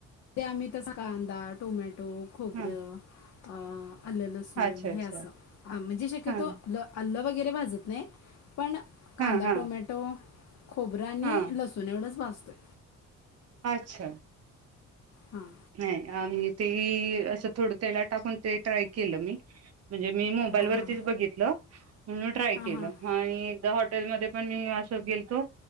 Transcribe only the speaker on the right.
हा
अच्छा अच्छा
हा
हा हा
हा
अच्छा.
नाही, आम्ही ते, असं थोडं तेलात टाकून ते ट्राय केलं मी म्हणजे मी मोबाईल
वरतीच
बघितलं, म्हणून ट्राय
केलं.
आणि होट हटेल मध्ये पण मी असं गेलतो